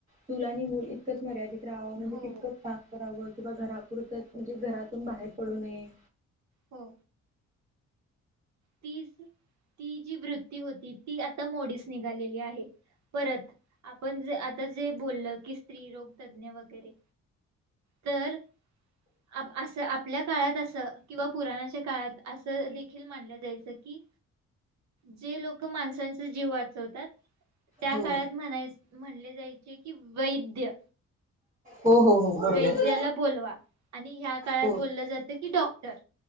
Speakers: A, on the right; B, on the right.
A: चूल आणि मुल तितकंच मर्यादित राहावं, म्हणजे
B: हो
A: तितकंच काम करावं किंवा घरापुरतंच म्हणजे घरातून बाहेर पडू नये.
B: हो. तीस, ती जी वृत्ती होती ती आता मोडीस निघालेली आहे. परत, आपण ज आता जे बोललं, की स्त्री रोग तज्ञ वगैरे तर आप-असं, आपल्या काळात असं, किंवा पुराणाच्या काळात असं देखील मानलं जायचं की, जे लोक माणसांचा जीव वाचवतात त्या
A: हो
B: काळात म्हणाय, म्हणले जायचे कि वैद्य.
A: हो हो हो. बरोबर
B: वैद्याला बोलवा, आणि ह्या काळात
A: हो
B: बोललं जातं कि डॉक्टर